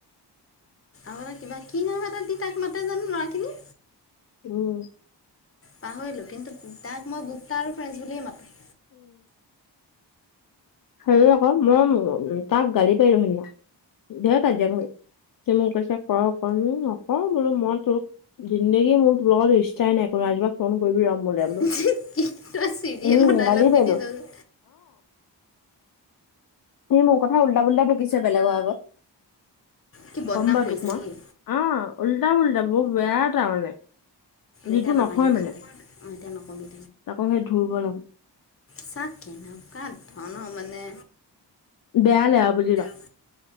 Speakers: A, on the left; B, on the left.
A: আৰু কিবা, কি নাম এটা দি তাক মাতে জানোঁ লৰাখিনিয়ে!
B: উম!
A: পাহৰিলোঁ। কিন্তু, তাক মই গুপ্তা আৰু ফ্ৰেন্সবোলিয়েই মাতো।
B: সই আকৌ, মই তাক গালি পাৰিলোঁ সেইদিনা। ধেৰ কাজিয়া কৰি, তুমি মোক কৈছে কৰ কৰ অ'! বোলো মই তোক, জিন্দেগি মোৰ তোৰ লগত ৰিস্তাই নাই কোনো। আজিৰ পৰা ফোন কৰিবি ৰ' মোলে বোলো
A: <unintelligible> চিৰিয়েল
B: উম
A: ডাইলক
B: গালি পাৰিলো
A: দি দিছ যে?
B: এই মোৰ কথা উল্টা, পোল্টা বকিছে বেলেগৰ আগত।
A: কি বদনাম
B: কম বাৰু
A: কৰিছে
B: তোক মই।
A: নেকি
B: অ'! উল্টা পুল্টা বৰ বেয়া তাৰমানে! যিটো
A: এতিয়া নালাগে
B: নহয়
A: তেন্তে।
B: মানে
A: অ'! এতিয়া নক'বি।
B: তাকো সেই ধুৰ্বল আকৌ
A: চা, কেনকা ধৰনৰ মানে।
B: দেয়া লে আও বুজিল!
A: আৰু